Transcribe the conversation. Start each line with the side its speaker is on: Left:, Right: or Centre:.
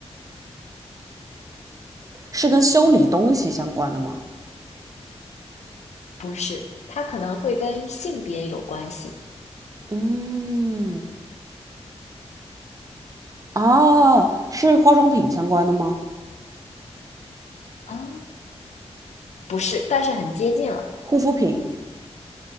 Right: 是跟修理东西相关的吗？
Left: 不是，它可能会跟性别有关系。
Right: 嗯，啊，是化妆品相关的吗？
Left: 啊，不是，但是很接近了，
Right: 护肤品，